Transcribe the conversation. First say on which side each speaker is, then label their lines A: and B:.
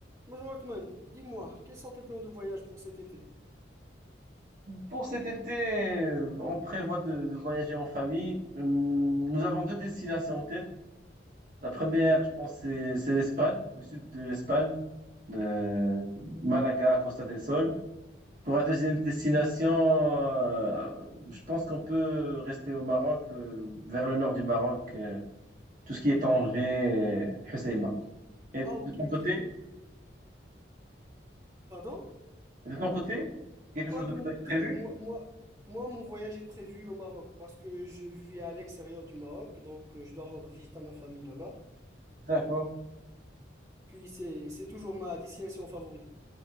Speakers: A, on the right; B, on the right.
A: Bonjour Othman, dis-moi, quels sont tes plans de voyage pour cet été?
B: Pour cet été, euh, on prévoit de, de voyager en famille. Euh, Nous avons deux destinations en tête. La première,
A: Oui.
B: je pense, c'est c'est l'Espagne, le sud de l'Espagne, euh, Malaga, Costa del Sol. Pour la deuxième destination, euh, je pense qu'on peut rester au Maroc, euh, vers le nord du Maroc, euh, tout ce qui est Tanger, Hoceima. Et de
A: Ah ok
B: ton
A: ok,
B: côté,
A: pardon?
B: de ton côté, quelque chose
A: Ah de
B: de pré-
A: mon côté,
B: prévu?
A: moi, moi, moi mon voyage est prévu au Maroc parce que je vis à l'extérieur du Maroc, donc euh, je dois rendre visite à ma famille là-bas.
B: D'accord.
A: Puis c'est c'est toujours ma destination favorite.